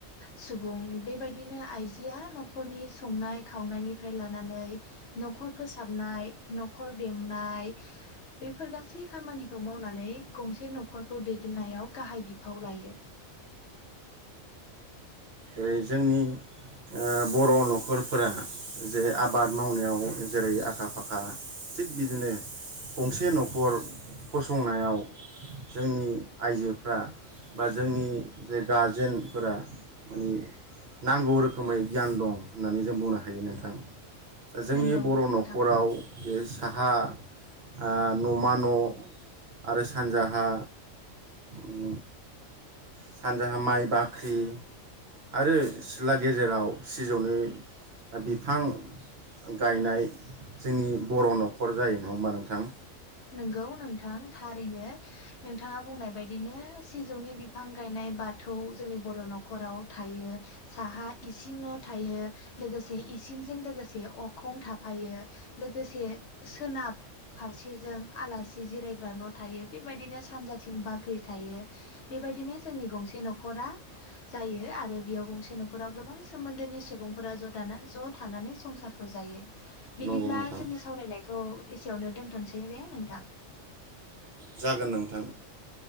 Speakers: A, on the left (about 65°); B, on the right (about 55°).
A: सुबुं बेबायदिनो आइजोआ न'खरनि संनाय खावनायनिफ्राय लानानै न'खर फोसाबनाय न'खर बेंनाय बेफोर गासै खामानिखौ मावनानै गंसे न'खरखौ दैदेननायाव गाहाय बिफाव लायो।
B: बै जोंनि ओ बर' नखरफोरा जे आबाद मावनायाव जेरै आखा फाखा थिग बिदिनो गंसे नखर फसंनायाव जोंनि आइजोफ्रा बा जोंनि जे गारजेनफोरा माने नांगौ रोखोमै गियान दं। होननानै जों बुंनो हायो नोंथां। जोंनि
A: नंगौ
B: बर'
A: नोंथां
B: न'खराव बे साहा आ न'मा न' आरो सानजाहा उम सानजाहा माइ बाख्रि आरो सिथ्ला गेजेराव सिजौनि बिफां गायनाय जोंनि बर' न'खर जायो नङा होमबा नोंथां?
A: नोंगौ नोंथां थारैनो नोंथाङा बुंनाय बायदिनो सिजौनि बिफां गायनाय बाथौ जोंनि बर' न'खराव थायो साहा इसिं न' थायो लोगोसे इसिंजों लोगोसे अखं थाफायो लोगोसे सोनाब फारसे जों आलासि जिरायग्रा न' थायो बेबायदिनो सानजाथिं बाख्रि थायो बेबायदिनो जोंनि गंसे न'खरा जायो आरो बेयाव गंसे न'खराव गोबां सोमोनदोनि सुबुंफोरा ज' दा थानानै संसारखौ जायो बिदिब्ला
B: नंगौ नोंथां
A: जोंनि सावरायनायखौ एसेयावनो दोनथ'सै दे दे नोंथां।
B: जागोन नोंथां।